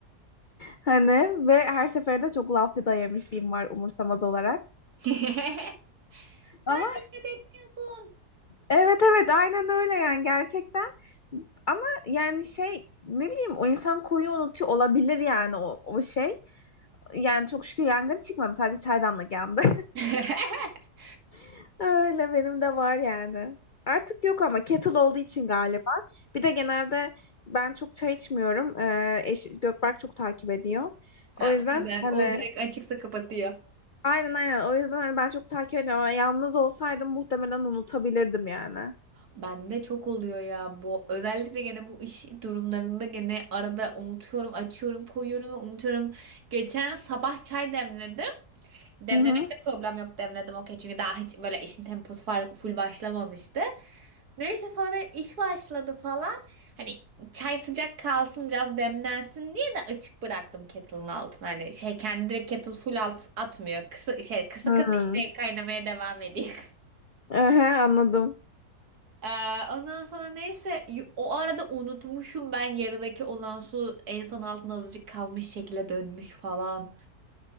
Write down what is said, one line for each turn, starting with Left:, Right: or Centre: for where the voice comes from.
Left: Hani ve her seferinde çok laf da yemişliğim var umursamaz olarak.
Right: <laughs>
Left: Ama
Right: Sen dikkat etmiyorsun.
Left: Evet evet aynen öyle yani gerçekten ama yani şey ne bileyim o insan koyu unutuyor olabilir yani o, o şey yani çok şükür yangın çıkmadı sadece çaydanlık yandı
Right: <laughs>
Left: <laughs> öyle benim de var yani artık yok ama kettle olduğu için galiba bir de genelde ben çok çay içmiyorum ee, eş, Gökberk çok takip ediyor
Right: Ha,
Left: o yüzden
Right: o yüzden
Left: hani
Right: o direkt açıksa kapatıyor.
Left: aynen aynen o yüzden hani ben çok takip ediyorum ama yalnız olsaydım muhtemelen unutabilirdim yani.
Right: Bende çok oluyor ya bu. Özellikle gene bu iş durumlarında gene arada unutuyorum, açıyorum, koyuyorum ve unutuyorum. Geçen sabah çay demledim. Demlemekte
Left: Hı hı.
Right: problem yok demledim okey. Çünkü daha hiç böyle işin temposu fal- full başlamamıştı. Neyse sonra iş başladı falan. Hani çay sıcak kalsın biraz demlensin diye de açık bıraktım kettle'ın altını. Hani şey kendi direkt kettle full alt atmıyor. Kısa, şey, kısık
Left: Hı.
Right: ateşte kaynamaya devam ediyor. <laughs>
Left: Ehe, anladım.
Right: Ee, ondan sonra neyse y- o arada unutmuşum ben yarıdaki olan su en son altına azıcık kalmış şekilde dönmüş falan.